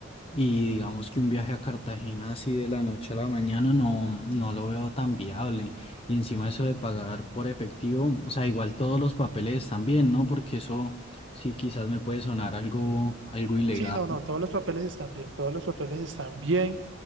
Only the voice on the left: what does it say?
y digamos que un viaje a Cartagena así de la noche a la mañana no, no lo veo tan viable. Y encima eso de pagar por efectivo, o sea, igual todos los papeles también, ¿no? Porque eso sí quizás me puede sonar algo, algo ilegal.